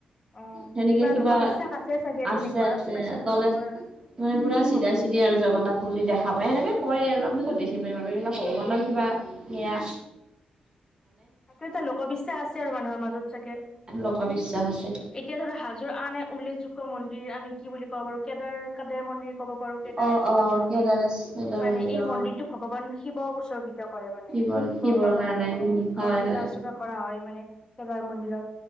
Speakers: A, on the left (about 25°); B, on the right (about 30°).
A: অ
B: সেনেকে কিবা
A: লোকবিশ্বাস আছে চাগে
B: আছে
A: তেনেকুৱা
B: আছে
A: প্ৰাচীন
B: দলে
A: কালৰ পৰা
B: মানে পুৰা চিধা
A: অ
B: চিধি
A: অ
B: আৰু জগন্নাথ মন্দিৰ দেখা পায় সেনেকে কৰে আৰু আমি ক'ত দেখি পাৰিম আৰু এইবিলাক ভগৱানৰ কিবা লিলা
A: সেইটো এটা লোকবিশ্বাস আছে আৰু মানুহৰ মাজত চাগে
B: লোক বিশ্বাস আছে
A: এতিয়া ধৰা হাজোৰ আন এক উল্লেখযোগ্য মন্দিৰ আমি কি বুলি ক'ও বাৰু কেদাৰ কাদেৰ মন্দিৰ ক'ব পাৰো কেদাৰেশ্বৰ
B: অ', অ',
A: মন্দিৰ
B: কেদাৰেশ কেদাৰ
A: মানে
B: মন্দিৰ
A: এই
B: অ',
A: মন্দিৰটো ভগৱান শিৱ <unintelligible> তেও কৰে মানে
B: শিৱৰ
A: শিৱ
B: শিৱৰ
A: বাবাক
B: কাৰণে
A: মানে
B: উম, হয়,
A: অ পূজা
B: হয়,
A: অৰ্চনা কৰা হয় মানে কেদাৰ মন্দিৰত